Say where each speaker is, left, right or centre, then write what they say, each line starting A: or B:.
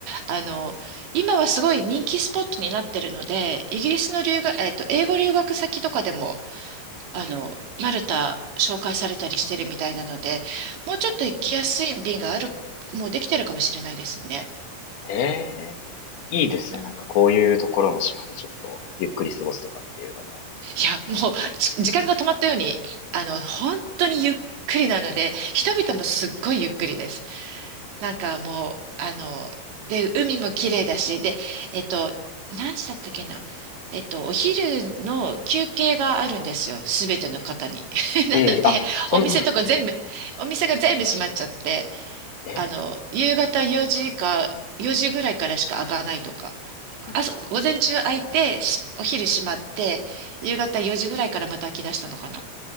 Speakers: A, on the right (about 65°); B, on the left (about 65°).
A: あの、今はすごい人気スポットになってるので、イギリスの留学、えっと、英語留学先とかでも、あの、マルタ紹介されたりしてるみたいなので、もうちょっと行きやすい便がある、もうできてるかもしれないですね。
B: ええ、いいですね。
A: うん
B: なんかこういうところの島でちょっとゆっくり過ごすとかっていうのも。
A: いや、もう、ち時間が止まったように、あの、本当にゆっくりなので、人々もすっごいゆっくりです。なんかもう、あの、で、海も綺麗だし、で、えっと、何時だったっけな。えっと、お昼の休憩があるんですよ。すべての方に。
B: ええ、
A: <laughs> なので、
B: ええあ、そんな
A: お店とか全部、
B: <laughs>、え
A: お店が全部閉まっちゃって、
B: え、ええ、
A: あの、夕方4時か、4時ぐらいからしか開かないとか、
B: うん
A: 朝、午前中開いて、しお昼閉まって、夕方4時ぐらいからまた開き出したのかな。